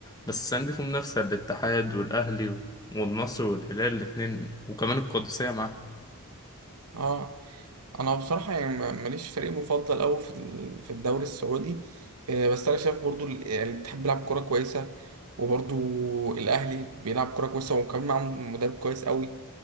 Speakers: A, on the left; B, on the right.
A: بس السنه دي فيه منافسه الاتحاد والاهلي و- والنصر والهلال الاثنين وكمان القادسيه معاه
B: اه انا بصراحه يعني ما- ماليش فريق مفضل قوي في ال- في الدوري السعودي آه، بس انا شايف برضو ال- يعني الاتحاد بيلعب كوره كويسه وبرضو الاهلي بيلعب كوره كويسه وكمان معاهم مدرب كويس قوي